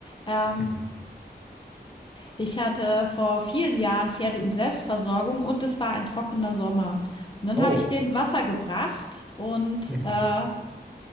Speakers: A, on the left; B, in the centre.
A: Ähm,
B: Mhm.
A: Ich hatte vor vielen Jahren Pferde in Selbstversorgung und es war ein trockener Sommer. Und dann
B: Oh,
A: habe ich denen Wasser gebracht und
B: Mhm.
A: äh, habe